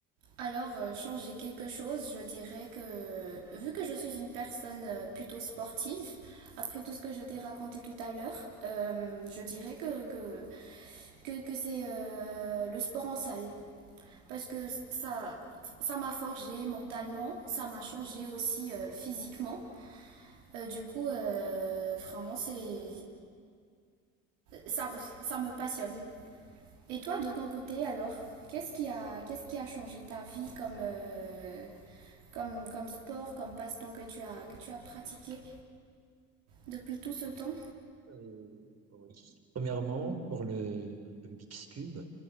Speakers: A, on the right; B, on the right.
A: Alors, euh, changer quelque chose, je dirais que vu que je suis une personne euh, plutôt sportive, après tout ce que je t'ai raconté tout à l'heure, euh, je dirais que, que, que, que c'est euh, le sport en salle. parce que ça ça m'a forgé mentalement, ça m'a changé aussi euh, physiquement. Euh, du coup, euh, vraiment, c'est ça, ça me passionne. Et toi, de ton côté, alors, qu'est-ce qui a, qu'est-ce qui a changé ta vie comme, euh, comme, comme sport, comme passe-temps que tu as, que tu as pratiqué depuis tout ce temps
B: Euh, oui. Premièrement, pour le Rubik's Cube,